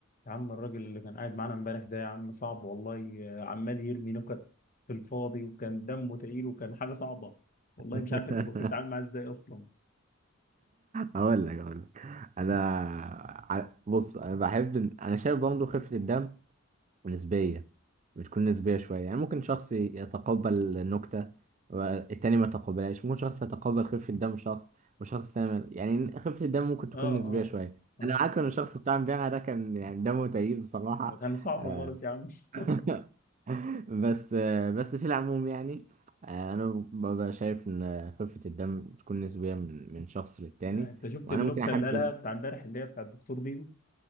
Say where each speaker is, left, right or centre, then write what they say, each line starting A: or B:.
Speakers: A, on the left (about 40°); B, on the right (about 35°).
A: يا عم الراجل اللي كان قاعد معانا امبارح ده يا عم صعب والله آه، عمال يرمي نكت في الفاضي وكان دمه تقيل وكان حاجة صعبة والله
B: <laughs>
A: مش عارف انت كنت بتتعامل معاه ازاي اصلا
B: اقول لك اقول لك انا ع- بص انا بحب ال- انا شايف برضه خفه الدم نسبيه بتكون نسبيه شويه يعني ممكن شخص يتقبل النكته والتاني ما يتقبلهاش ممكن شخص يتقبل خفه الدم شخص وشخص تاني ما- يعني خفه الدم ممكن تكون
A: اه
B: نسبيه
A: اه
B: شويه
A: اه
B: انا معاك ان الشخص بتاع امبارح ده كان يعني دمه تقيل بصراحه
A: ده كان صعب
B: آه،
A: خالص يا عم <laughs>
B: <laughs> بس بس في العموم يعني انا ببقى شايف ان خفة الدم بتكون نسبية من من شخص للتاني
A: آه، انت شفت
B: وانا
A: النكتة
B: ممكن احب
A: اللي قالها بتاع
B: إن-
A: امبارح اللي هي بتاع الدكتور دي